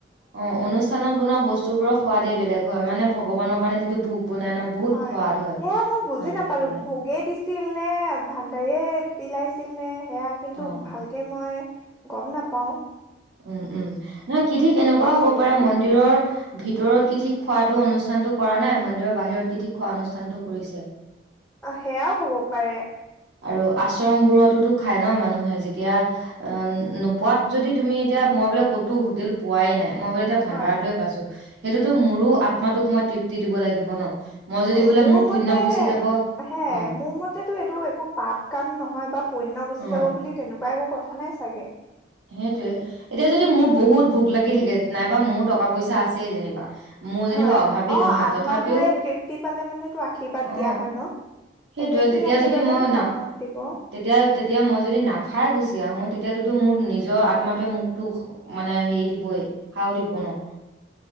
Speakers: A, on the right; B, in the centre.
A: অ অনুষ্ঠানত বোৱা বস্তু বোৰৰ সোৱাদেই বেলেগ হয় মানে ভগৱানৰ কাৰণে যিটো ভোগ বনাই ন বহুত
B: হয়
A: সোৱাদ
B: সেয়া মই বুজি
A: ভাল
B: নাপালো
A: লাগে
B: ভোগে দি ছিল নে ভাণ্ডাৰে বিলাইছিল নে সেয়া কিন্তু
A: অ',
B: ভালকৈ মই গম নাপাওঁ‌
A: উম উম নহয় কিঠি কেনেকুৱাও হ'ব
B: চাগে
A: পাৰে
B: বুলি
A: মন্দিৰৰ ভিতৰত কিঠিক খোৱাতটো অনুষ্ঠানটো কৰা নাই মন্দিৰৰ বাহিৰত কিঠিক খোৱা অনুষ্ঠানটো কৰিছে
B: অ' সেয়াও হ'ব পাৰে
A: আৰু আশ্ৰম বোৰতোতো খাই ন মানুহে যেতিয়া অ নোপোৱাত যদি তুমি এতিয়া মই বোলে ক'তো হোটেল পোৱাই নাই। মই গৈ এতিয়া ভাণ্ডাৰটে
B: হয়
A: পাইছো সেইটোতো মোৰো আত্মাতোক মই তৃপ্তি দিব লাগিব ন মই যদি
B: অ
A: বোলে
B: মোৰ মতে
A: পুণ্য গুচি যাব
B: হে
A: অ
B: মোৰ মতেতটো এইটো একো পাপ কাম নহয় বা পুণয় গুচি
A: অ
B: যাব বুলি তেনেকুৱা একো কথা নাই চাগে?
A: সেইটোয়ে এতিয়া যদি মোৰ বহুত ভোক লাগি থাকে নাইবা মোৰ টকা পইচা আছেই যেনিবা মোৰ যেনিবা
B: হয়
A: অভাৱী
B: অ
A: নহয়
B: আত্মাটোৱে
A: তথাপিও
B: তৃপ্তি পালে মানেতো আশীৰ্বাদ
A: অ
B: দিয়া হয় ন
A: সেইটোৱে
B: একেখিনি
A: তেতিয়া
B: আশীৰ্বাদেতো
A: যদি মই না
B: কামত দিব
A: তেতিয়া তেতিয়া মই যদি নাখাই গুচি আহো তেতিয়াতোতো মোৰ নিজৰ আত্মাতোৱে মুকতো মানে হেৰি দিবই সাও দিব ন